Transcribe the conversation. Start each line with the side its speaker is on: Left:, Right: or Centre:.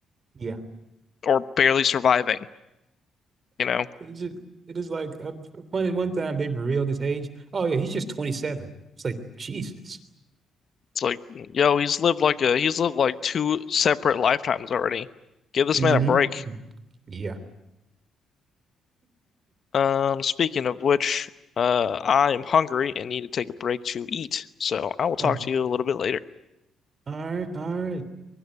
Right: Yeah,
Left: or barely surviving, you know?
Right: it's just it is like uh, one one time they revealed his age. Oh yeah, he's just 27. It's like Jesus.
Left: It's like, yo, he's lived like a, he's lived like two separate lifetimes already. Give this
Right: Mm-hmm.
Left: man a break.
Right: Yeah.
Left: Um, speaking of which, uh, I'm hungry and need to take a break to eat. So I will talk
Right: Uh,
Left: to you a little bit later.
Right: all right, all right.